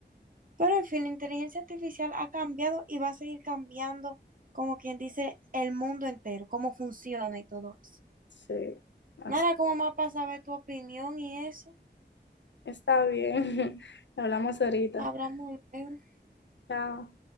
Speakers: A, on the right; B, on the left.
A: Pero en fin, la inteligencia artificial ha cambiado y va a seguir cambiando, como quien dice, el mundo entero, cómo funciona y todo eso.
B: Sí, así.
A: Nada, como más para saber tu opinión y eso.
B: Está bien. <laughs> Hablamos ahorita.
A: Hablamos luego.
B: Chao.